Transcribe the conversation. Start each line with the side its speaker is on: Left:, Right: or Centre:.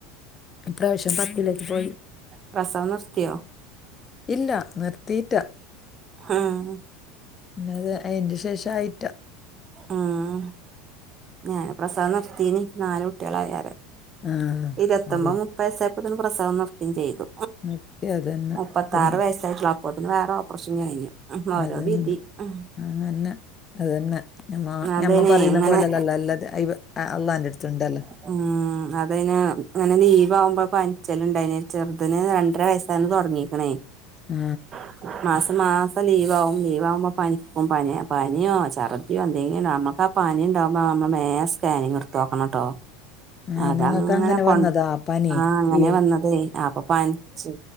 Left: ഈ പ്രാവശ്യം പത്തിലേക്ക് പോയി
Right: പ്രസവം നിർത്തിയോ
Left: ഇല്ല നിർത്തില്ല
Right: ഉം
Left: പിന്ന അതിന്റെ ശേഷം ഇതായിട്ട
Right: ഉം ഞാന് പ്രസവം നിർത്തിനി നാല് കുട്ടികളായാര്
Left: ആ
Right: ഇരുപത്തൊമ്പത്
Left: അതെ
Right: മുപ്പത് വയസായപ്പോ തന്നേ പ്രസവം നിർത്തയും ചെയ്തു
Left: നിർത്തി അതന്നെ
Right: മുപ്പത്താറ്
Left: പിന്നെ
Right: വയസ് അപ്പോപിന്നെ വേറെ ഓപ്പറേഷൻ കഴിഞ്ഞു
Left: അത്
Right: ഓരോ
Left: തന്നെയാണ്
Right: വിധി ഉം
Left: അത്ന്നെ അതുതന്നേ മ്മ
Right: അതേനെ
Left: ഞമ്മ പറയുന്ന
Right: ഇങ്ങനെ
Left: പോലല്ലല്ലോ അല്ലാ അള്ളാന്റെ അടുത്തണ്ടല്ലോ
Right: തന്നേ അത് കഴിഞ്ഞു അങ്ങനെ ലീവാമ്പോ പനിച്ചലുണ്ട ചെറുതന് രണ്ടര വയസായിന്ന് തുടങ്ങീക്കണേ
Left: ആ
Right: <inaudible> മാസം മാസം ലീവാവും. ലീവാവുമ്പോ പനിക്കും പനിയ പനിയോ ചർ യൊ എന്തെങ്കിലു അമ്മക്കാ പനിണ്ടാവുമ്പ അമ്മള് മേ സ്കാനിങ്ട്ത്ത്ക്കണം ട്ടോ
Left: ആ
Right: അതങ്ങനെ
Left: നിങ്ങക്ക് അങ്ങനെ
Right: കൊൺആഹ്,
Left: വന്നതാ പനി
Right: അങ്ങനെ
Left: ഈ
Right: വന്നതേ അപ്പ പനിച്ച്